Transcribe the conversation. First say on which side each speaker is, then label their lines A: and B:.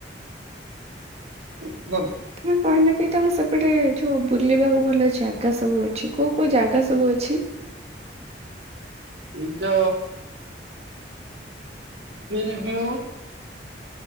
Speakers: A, on the right; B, on the right.
A: <inaudible>
B: ତମେ କହିଲକି ତମେ ସେପଟେ ଯୋଉ ବୁଲିବାକୁ ଭଲ ଜାଗା ସବୁ ଅଛି କୋଉ କୋଉ ଜାଗା ସବୁ ଅଛି?
A: ଏଇତ ହିଲ୍ ବିଉ